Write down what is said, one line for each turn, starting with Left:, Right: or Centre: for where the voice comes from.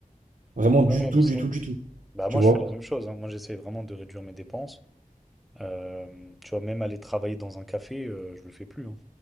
Right: Vraiment, du
Centre: Ouais,
Right: tout,
Centre: je sais.
Right: du tout, du tout.
Centre: Bah
Right: Tu
Centre: moi
Right: vois?
Centre: je fais la même chose, hein. Moi j'essaie vraiment de réduire mes dépenses. Euh, tu vois, même aller travailler dans un café, euh, je le fais plus. hein.